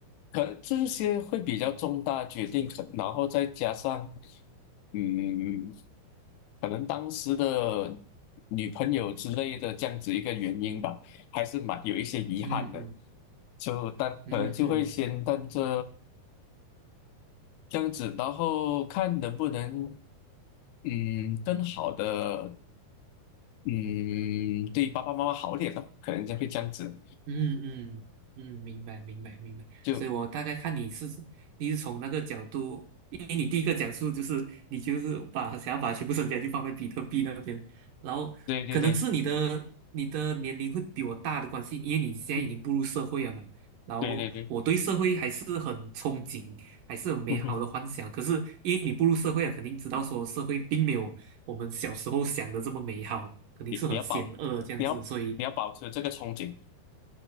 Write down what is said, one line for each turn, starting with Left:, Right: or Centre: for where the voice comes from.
Left: 可能这些会比较重大的决定，可然后再加上嗯，可能当时的女朋友之类的这样子一个原因吧，还是蛮有一些遗憾的，
Right: 嗯嗯
Left: 就但可能就会先当这
Right: 嗯嗯。
Left: 这样子，然后看能不能嗯更好的嗯对爸爸妈妈好点咯，可能就会这样子。
Right: 嗯嗯嗯，明白明白明白，
Left: 就。
Right: 所以我大概看你是你是从那个角度，因为你第一个讲述就是你就是把想要把全部身家就放在比特币那边，然后可能是你的你的年龄会比我大的关系，
Left: 对对对，
Right: 因为你现在已经步入社会了嘛，
Left: 嗯，
Right: 然后我对社会还是很憧憬，
Left: 对对对，
Right: 还是有美好的幻想，
Left: 嗯哼，
Right: 可是因为你步入社会了，肯定知道说社会并没有我们小时候想的这么美好，肯定是很险恶这样子，
Left: 你你要保，你要你要保持这个憧憬，
Right: 所以。